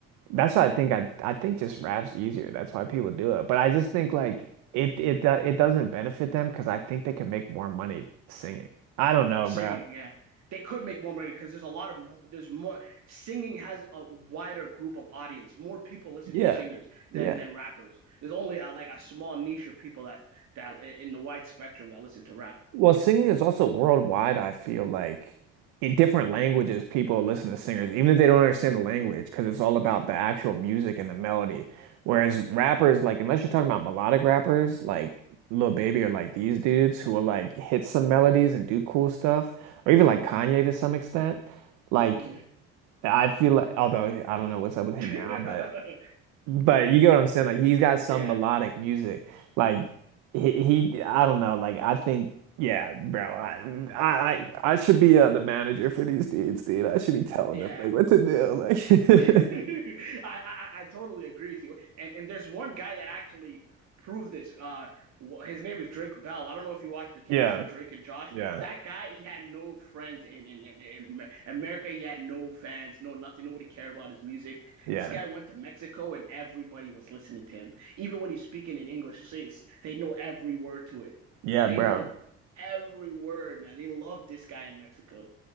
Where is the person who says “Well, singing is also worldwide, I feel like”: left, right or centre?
Right